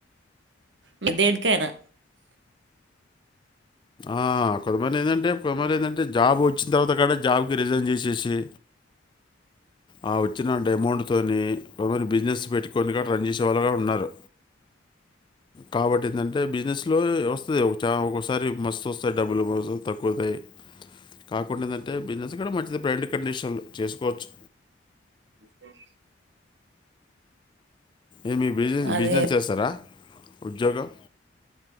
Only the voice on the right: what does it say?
మ దేనికైనా
చేసుకోవచ్చు
అదే